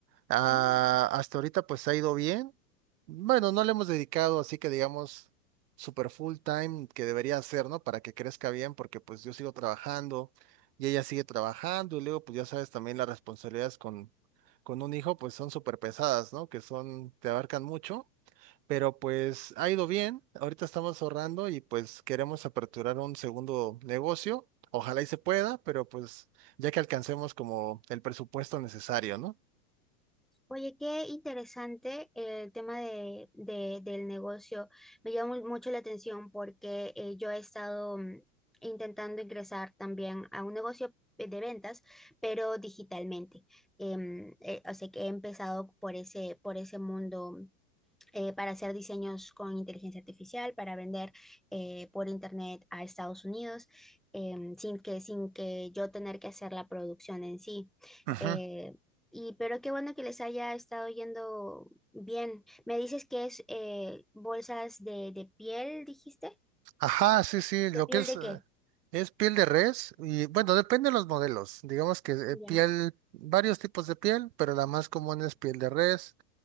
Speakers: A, on the right (about 85°); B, in the centre.
A: Ah,
B: Mm.
A: hasta ahorita pues ha ido bien. Bueno, no le hemos dedicado así que digamos super full time que debería hacer, ¿no? Para que crezca bien, porque pues yo sigo trabajando y ella sigue trabajando y luego pues ya sabes también las responsabilidades con, con un hijo pues son súper pesadas, ¿no? Que son, te abarcan mucho, pero pues ha ido bien. Ahorita estamos ahorrando y pues queremos aperturar un segundo negocio. Ojalá y se pueda, pero pues ya que alcancemos como el presupuesto necesario, ¿no?
B: Oye, qué interesante el tema de, de- del negocio. Me llama mu- mucho la atención porque eh, yo he estado mm, intentando ingresar también a un negocio eh, de ventas, pero digitalmente. Em, eh, o sea que he empezado por ese, por ese mundo eh, para hacer diseños con inteligencia artificial, para vender eh, por internet a Estados Unidos, em, sin que, sin que yo tener que hacer la producción en sí.
A: Ujú.
B: Eh, y pero qué bueno que les haya estado yendo bien. Me dices que es eh, bolsas de, de piel, dijiste.
A: Ajá, sí, sí, lo
B: ¿De piel
A: que es,
B: de
A: eh,
B: qué?
A: es piel de res y bueno, depende de los modelos. Digamos que eh,
B: Ya.
A: piel, varios tipos de piel, pero la más común es piel de res.